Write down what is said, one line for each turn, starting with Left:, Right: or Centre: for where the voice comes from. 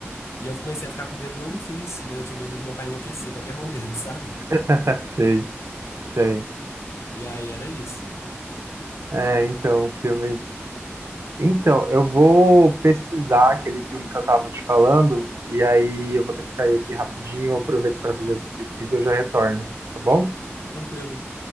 Left: E eu comecei a ficar com medo não do filme em si, mas eu tinha medo do meu pai enlouquecer em qualquer <laughs> momento, sabe?
Right: <laughs> sei, sei.
Left: E aí era isso.
Right: É, então, o filme. Então, eu vou pesquisar aquele filme que eu tava te falando, e aí eu vou ter que sair aqui rapidinho, eu aproveito para fazer essa pesquisa e eu já retorno, tá bom?
Left: Tranquilo.